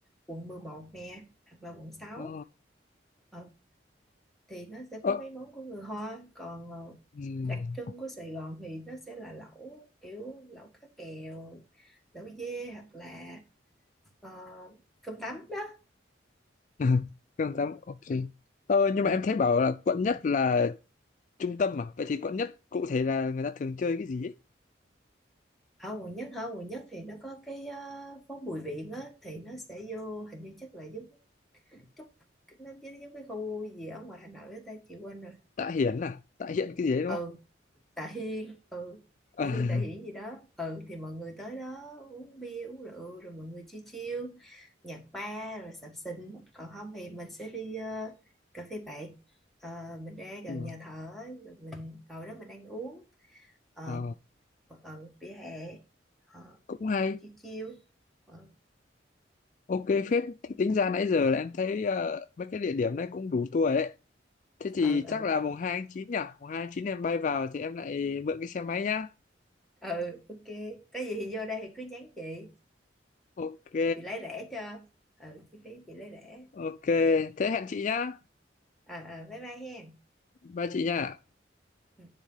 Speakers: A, in the centre; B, on the left.
A: quận 11 nè hoặc là quận sáu
B: ờ
A: Ờ, thì nó sẽ
B: ờ
A: có mấy món của người Hoa còn ờ,
B: ừm.
A: đặc trưng của Sài Gòn thì nó sẽ là lẩu kiểu lẩu cá kèo lẩu dê hoặc là ờ, cơm tấm đó
B: <laughs> không dám ok ờ nhưng
A: Ờ,
B: mà em thấy bảo là quận nhất là trung tâm mà vậy thì quận nhất cụ thể là người ta thường chơi cái gì ấy?
A: ở quận nhất hả quận nhất thì nó có cái ờ, phố Bùi Viện á thì nó sẽ vô hình như chắc là giống chút nó giống giống cái khu gì ở ngoài Hà Nội á ta chị quên rồi
B: Tạ Hiển à Tạ Hiện cái gì đấy đúng
A: ừ
B: không
A: Tạ Hiên ừ
B: <laughs>
A: Tạ Hiên Tạ Hiển gì đó ừ thì mọi người tới đó uống bia uống rượu rồi mọi người chill chill nhạc bar rồi sập sình còn không thì mình sẽ đi ờ, cà phê bạn Ờ, mình ra gần
B: ừ.
A: nhà thờ á, rồi mình ngồi đó mình ăn uống ờ
B: Ờ,
A: ờ, vỉa hè ờ,
B: cũng hay
A: chill chill Ờ,
B: Ok phết, thì tính ra nãy giờ là em thấy ờ, mấy cái địa điểm này cũng đủ tour rồi đấy. Thế thì
A: ừ ừ
B: chắc là mùng 2 tháng 9 nhỉ? Mùng 2 tháng 9 em bay vào thì em lại mượn cái xe máy nhá.
A: ừ ok có gì thì vô đây thì cứ nhắn chị
B: Ok,
A: chị lấy rẻ cho ừ chi phí chị lấy rẻ
B: ok. Thế hẹn chị nhá.
A: à, à bye bye hen
B: ba chị nhá.
A: Ừ.